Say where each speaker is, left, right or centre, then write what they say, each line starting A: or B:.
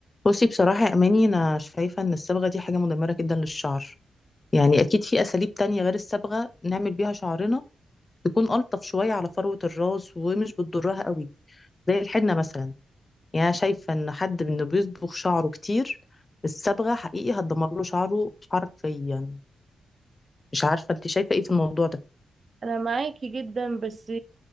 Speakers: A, on the left (about 35°); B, on the right (about 55°).
A: بصي بصراحة يا أماني أنا شايفة إن الصبغة دي حاجة مدمرة جدا للشعر يعني أكيد في أساليب تانية غير الصبغة نعمل بيها شعرنا تكون ألطف شوية على فروة الراس ومش بتضرها قوي زي الحنة مثلا يعني أنا شايفة إن حد إنه بيصبغ شعره كتير الصبغة حقيقي هتدمر له شعره حرفيا مش عارفة أنت شايفة إيه في الموضوع ده
B: انا معاكي جدا بس